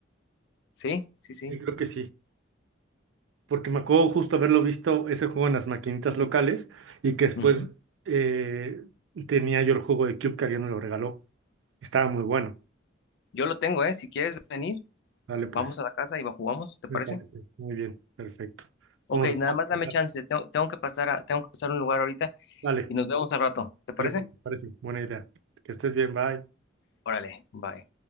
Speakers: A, on the left; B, on the right.
A: Sí, sí, sí.
B: Sí, creo que sí. porque me acuerdo justo haberlo visto ese juego en las maquinitas locales y que después
A: Ujú.
B: eh, tenía yo el juego de Cube que alguien me lo regaló. Estaba muy bueno.
A: Yo lo tengo, ¿eh? Si quieres venir.
B: Dale, pues,
A: Vamos a la casa y va- jugamos, ¿te
B: me
A: parece?
B: parece. Muy bien, perfecto.
A: Ok,
B: Vamos,
A: nada
B: vamos
A: más
B: a
A: dame
B: dejar.
A: chance. Tengo, tengo que pasar a, tengo que pasar a un lugar ahorita
B: Dale,
A: y nos vemos al rato. ¿Te parece?
B: dale, pues, me parece. Buena idea. Que estés bien, bye.
A: Órale, bye.